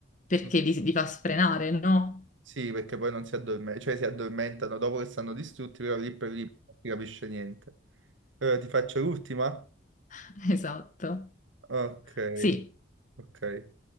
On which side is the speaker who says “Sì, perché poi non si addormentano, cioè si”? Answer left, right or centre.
Right